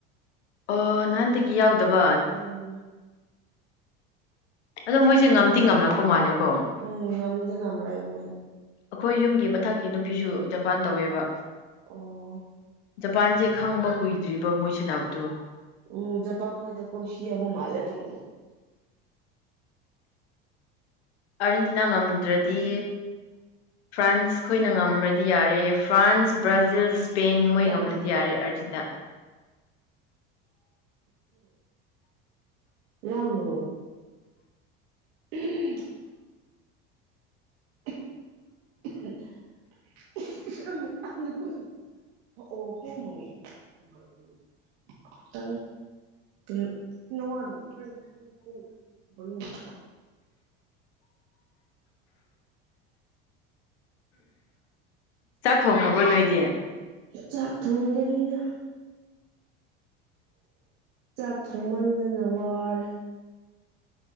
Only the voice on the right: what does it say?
ꯎꯝ
ꯎꯝ ꯉꯝꯗꯤ ꯉꯝꯔꯦ ꯃꯣꯏꯅ
ꯑꯣ
ꯎꯝ ꯆꯖꯄꯥꯟꯈꯣꯏꯗ ꯀꯣꯡꯁꯤ ꯌꯥꯕ ꯃꯥꯜꯂꯦ ꯎꯝ
ꯂꯥꯡꯅꯣ
<inaudible> ꯂꯥꯡꯅꯣ <unintelligible> ꯎꯝ <inaudible> <unintelligible> <unintelligible>
ꯆꯥꯛ ꯊꯣꯡꯗꯔꯤꯗ ꯆꯥꯛ ꯊꯣꯡꯃꯟꯗꯅ ꯋꯔꯦ